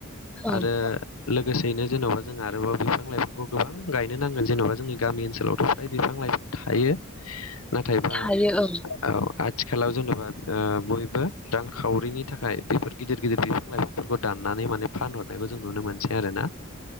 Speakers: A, in the centre; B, on the left.
A: औ
B: आरो लोगोसेयैनो जेन'बा जोंहा आरोबाव बिफां लाइफांखौ गोबां गायनो नांगोन जेन'बा जोंनि गामि ओनसोलाव थ' बिफां लाइफां थायो नाथायबा
A: थायो औ
B: औ आथिखालाव जेनेबा बयबो रांखावरिनि थाखाय बेफोर गिदिर गिदिर बिफां लाइफांफोरखौ दान नानै माने फानहरनायखौ जों नुनो मोनसै आरोना